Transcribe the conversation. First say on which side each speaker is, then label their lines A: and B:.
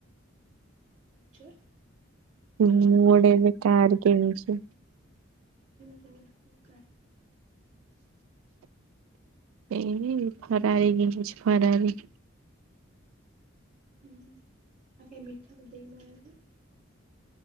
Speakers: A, on the right (about 35°); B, on the right (about 85°).
A: କଣ କହୁଛେ?
B: ମୁଁ ଗୋଟେ ଏବେ କାର କିଣିଛି।
A: ଓ ହୋ କୋଉ <unintelligible>
B: ଏଇ ଫରାରୀ କିଣିଛି ଫରାରୀ।
A: ହୁଁ ହୁଁ। ଆଉ କାଇଁ ମିଠା ତ ଦେଇନ ଆମକୁ।